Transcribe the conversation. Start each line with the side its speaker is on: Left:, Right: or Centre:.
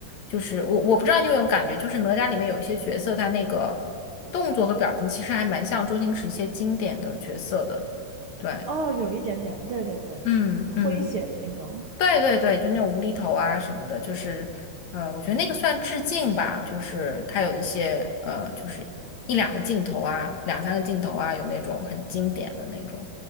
Left: 就是我我不知道你有没有感觉，就是哪吒里面有一些角色，他那个动作和表情其实还蛮像周星驰一些经典的角色的。对，
Right: 哦，有一点点，对对对，
Left: 嗯嗯，
Right: 就诙谐的那种。
Left: 对对对，就那种无厘头啊什么的，就是，嗯、我觉得那个算致敬吧，就是他有一些呃，就是一两个镜头啊，两三个镜头啊，有那种很经典的那种，